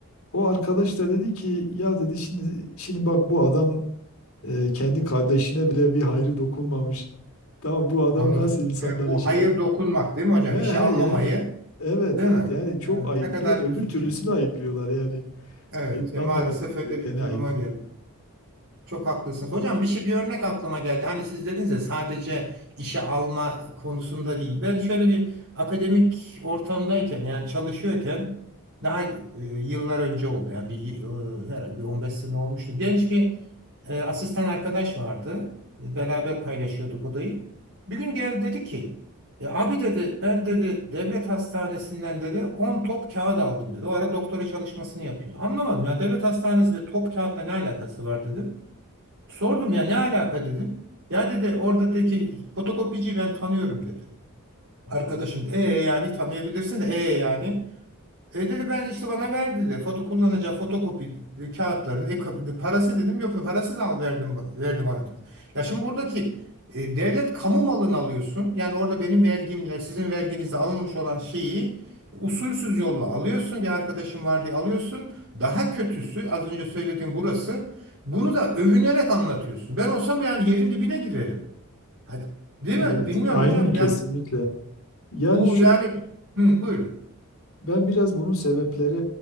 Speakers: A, on the left; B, on the right.
A: O arkadaş da dedi ki ya dedi şimdi şimdi bak bu adam e, kendi kardeşine bile bir hayrı dokunmamış. Tamam bu adam
B: Anladım.
A: nasıl insanlara
B: E, bu
A: şey
B: hayır dokunmak değil mi hocam?
A: he he
B: İşe almamayı
A: yani evet
B: Değil
A: evet
B: mi?
A: yani
B: Ee,
A: çok ayıplıyor.
B: ne kadar
A: Öbür
B: üzücü.
A: türlüsünü ayıplıyorlar yani.
B: Evet,
A: Ayıplanmaması
B: ya maalesef
A: gerekeni
B: öyle bir duruma
A: ayıplıyor.
B: geldi. Çok haklısınız. Hocam bir şey bir örnek aklıma geldi. Hani siz dediniz ya sadece işe alma konusunda değil. Ben şöyle bir akademik ortamdayken yani çalışıyorken daha e, yıllar önce oldu. Yani bir e, herhalde bir 15 sene olmuştu. Genç bir e, asistan arkadaş vardı. Beraber paylaşıyorduk odayı. Bir gün geldi dedi ki "E, abi dedi ben dedi devlet hastanesinden dedi 10 top kağıt aldım dedi. O ara doktora çalışmasını yapıyor. Anlamadım yani devlet hastanesi ve top kağıtla ne alakası var dedi. Sordum ya ne alaka dedim. Ya dedi oradaki fotokopiciyi ben tanıyorum dedi. Arkadaşım da, e yani tanıyabilirsin de e yani. E dedi ben işte bana ver dedi. Foto kullanacağı fotokopi e, kağıtlarını, e, kabinde parası dedim. Yok parasız al verdim ba- verdi bana dedi. Ya şimdi buradaki e, devlet kamu malını alıyorsun. Yani orada benim vergimle sizin verginizle alınmış olan şeyi usulsüz yolla alıyorsun. Bir arkadaşım var diye alıyorsun. Daha kötüsü az önce söylediğim burası. Bunu da övünerek anlatıyorsun. Ben olsam yani yerin dibine girerim. Hadi. Değil mi?
A: Evet
B: Bilmiyorum
A: aynen
B: hocam. Yani
A: kesinlikle. Yani
B: bu
A: şu
B: yani hı, buyurun.
A: Ben biraz bunun sebepleri